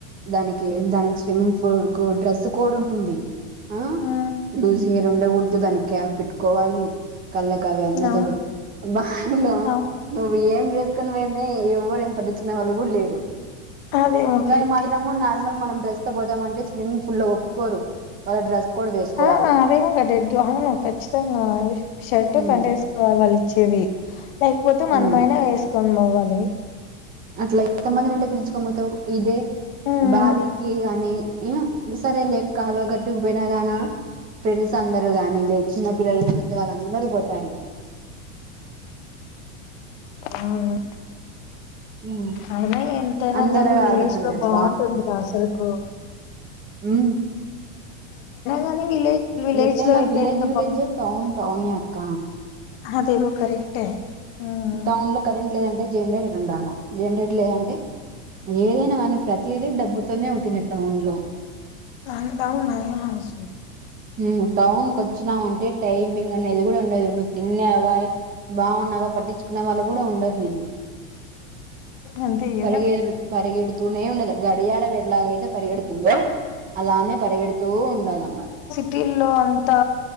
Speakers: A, on the right; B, on the left.
A: దానికి దానికి స్విమ్మింగ్ పూల్ డ్రెస్ కోడ్ ఉంటుంది అ
B: ఆ
A: లూజ్ హేర్ ఉండకూడదు దు దానికి క్యాబ్ పెట్టుకోవాలి కళ్ళకు అవి అన్నజలుడు
B: అవును
A: బావిలో
B: అవును
A: నువ్వు ఏం వేసుకొని వేం నే ఎవ్వరు ఏం పట్టి కున్న వాళ్ళు కూడా లేరు
B: అదేమో
A: దానికి
B: కరెక్టే
A: మదడము నార్మల్ మనం ప్రసి వ పోదామంటే స్విమింగ్ పూల్ లో ఒప్పుకోరు వాళ్ళ డ్రెస్ కోడ్ వేసుకోవాలి
B: ఆ అదేమో క అవును ఖచ్చితంగా షర్ట్
A: ఉమ్
B: ప్యా‌ంటు ఏసుకోవాలి చెవి లేకపోతే మనమైన
A: ఉమ్
B: వేసు వంద అవ్వాలి
A: అట్లా అయి కొంతమందినింటే పిలుచుకొని పోతావు ఇదే
B: హ్మ్
A: బావికి అని ఏం సరే లే కాల్వ గట్టుకు పోయినా గానా ఫ్రెండ్స్ అందరు గాని లేదు చిన్న పిల్లలు పెద్దవాళ్ళు అందరూ పోతారు
B: ఆ
A: ఉమ్
B: అయినా ఎంతైనా
A: అందరు
B: గాని విలేజ్
A: ఆడుకుంటారు
B: లో బాగుంటుంది డ్రస్సులకు
A: మ్
B: గాని విలేజ్ విలేజ్
A: ఎంతైనా
B: లో అయితే
A: విలేజ్
B: ఎంత
A: విలేజే, టౌన్ టౌనే అక్క
B: అదేవో కరెక్టే హ్మ్
A: టౌన్ లో కరెంట్ లేదంటే జనరేటర్ ఉండాల జనరేటర్ లేదంటే ఏదైనా కానీ ప్రతిదీ డబ్బుతోనే ఉంటుంది టౌన్ లో
B: అ నర మన స
A: హ్మ్ టౌన్ కు వచ్చినామ అంటే టైమింగ్ అనేది కూడా ఉండది నువు తినేవావా బాగున్నావా పట్టించుకునే వాళ్ళు కూడా ఉండరు నిన్న
B: అంతే కదా
A: పరగ పరగడు తునే ఉండదు గడియాడ ఎట్లాగ అయితే పరిగెడుతుందో అలాన్ననే పరగెడుతూ ఉండాల అమ్బ
B: సిటీలో రటిల్లు అంతా